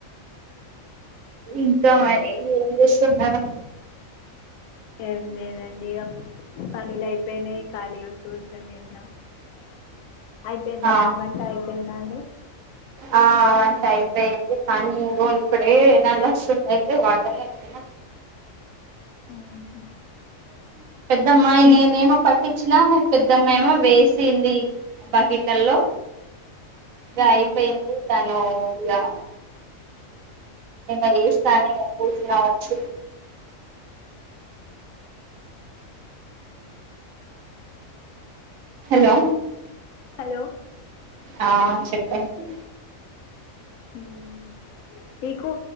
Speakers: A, on the right; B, on the left.
A: ఇంకా మరి ఏం చేస్సున్నారు
B: ఏం లేదండి అప్ పనులై పెనయ్ ఖాళీగ కూట్ చ్చని ఉన్నా అయితే ఎంత
A: ఆ
B: వన్ వంటయి పేందాండి
A: ఆ వన్ టైపేయింది పని ఇగో ఇప్పుడే దాన్లోసునైతే వాటర్ నింపుతున
B: ఊహు
A: ద మై నేనేమో పట్టిచ్చినా మా పెద్దమ్మ ఏమో వేసింది బకిట్లల్లో గ అయిపేయింది
B: ఆహా!
A: తను ఇలా నిన్న చేస్తానే మేము కూర్చున్నా వచ్చు హలో
B: హలో
A: ఆ చెప్పండి
B: మ్మ్ మీకు